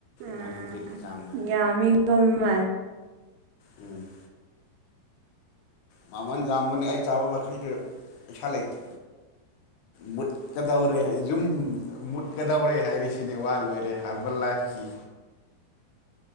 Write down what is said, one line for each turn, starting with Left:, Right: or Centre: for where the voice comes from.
Right: ꯎꯝ
Left: ꯅꯥꯏꯟ ꯍꯟꯗ꯭ꯔꯦꯠꯀꯤ ꯆꯥꯡꯗ
Right: ꯌꯝꯃꯤ ꯃꯃꯟ꯫
Left: ꯎꯝ꯫ ꯃꯃꯟ ꯌꯥꯝꯕꯅꯤ ꯑꯩ ꯆꯥꯕ ꯃꯈꯩꯗꯨ ꯄꯩꯁꯥ ꯂꯩꯇ ꯃꯨꯠ ꯀꯗꯧꯔꯦ ꯌꯨꯝ ꯃꯨꯠꯀꯗꯧꯔꯦ ꯍꯥꯏꯔꯤꯁꯤꯅꯦ ꯋꯥ ꯂꯣꯏꯔꯦ ꯍꯥꯔꯕꯜ ꯂꯥꯏꯐꯀꯤ꯫